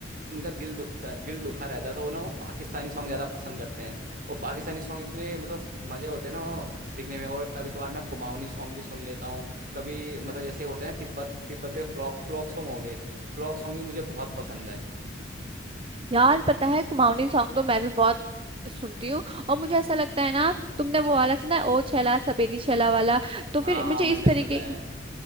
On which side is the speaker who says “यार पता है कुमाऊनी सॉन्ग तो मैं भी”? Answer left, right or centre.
Right